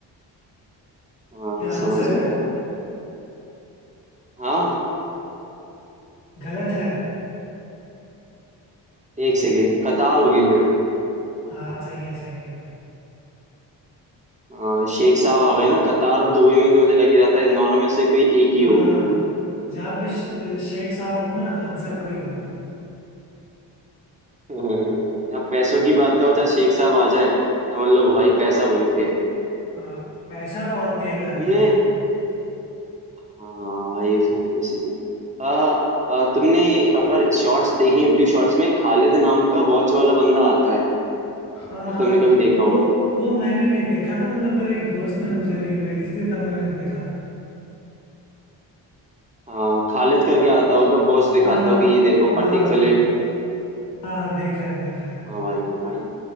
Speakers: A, on the right; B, on the left.
A: हाँ
B: क्या आंसर
A: समझ गया
B: है
A: था भाई हाँ
B: गलत है
A: एक सेकेंड कतार होगी फिर
B: हाँ सही है सही है
A: हाँ, शेख साहब आ गए ना कतार और दुबई में तो मुझे लग ही रहा था इन दोनों में से कोई एक ही
B: हाँ
A: होगी
B: जहाँ पे श- शेख साहब ना आंसर वही होगा
A: <laughs> जहाँ पैसों की बात है और जहाँ शेख साहब आ जाए समझ लो भाई पैसा वहीं पे है
B: हाँ पैसा और तेल आ
A: तुमने
B: जाएगा
A: हाँ ये सही है सही है आ, आ, तुमने अगर शॉर्ट्स देखी यूट्यूब शॉर्ट्स में खालिद नाम का वॉच वाला बंदा आता है
B: हाँ
A: अगर
B: हाँ
A: तुमने कभी देखा
B: वो
A: हो तो
B: वो मैंने नहीं देखा था मतलब मेरे एक दोस्त ने मुझे रील भेजी थी तब मैंने देखा
A: हाँ खालिद करके आता होगा वॉच दिखाता
B: हाँ
A: होगा कि ये देखो
B: हाँ
A: पटिक फिलिप
B: हाँ हाँ देखा है देखा है
A: हाँ भाई भाई